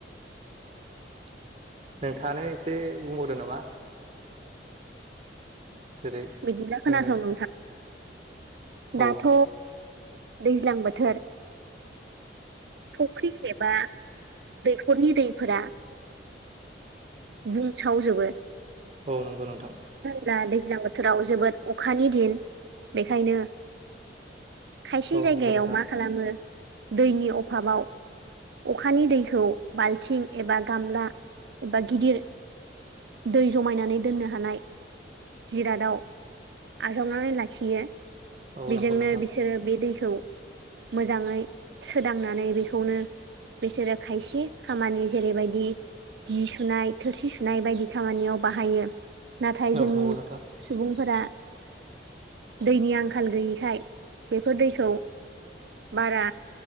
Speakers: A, on the right (about 35°); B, on the right (about 70°).
A: <inaudible> नोंथाङानो एसे बुंबावदो नामा? जेरै
B: बिदिब्ला खोनासं
A: जोङो
B: नोंथां। दाथ'
A: औ
B: दैज्लां बोथोर फख्रि एबा दैख'रनि दैफोरा बुंसावजोबो।
A: औ नंगौ नोंथां।
B: ब्ला दैज्लां बोथोराव जोबोद अखानि दिन बेखायनो खायसे
A: औ
B: जायगायाव
A: नंगौ नोंथां
B: मा खालामो दैनि अभाबाव अखानि दैखौ बाल्थिं एबा गामला एबा गिदिर दै जमायनानै दोननो हानाय जिरादाव आजावनानै लाखियो।
A: औ
B: बेजोंनो
A: नंगौ नोंथां
B: बिसोरो बे दैखौ मोजाङै सोदांना नानै बेखौनो बिसोरो खायसे खामानि जेरैबायदि जि सुनाय थोरसि सुनाय बायदि खामानियाव बाहायो। नाथाय
A: औ
B: जोंनि
A: नंगौ नोंथां औ
B: सुबुंफोरा दैनि आंखाल गैयिखाय बेफोर दैखौ बारा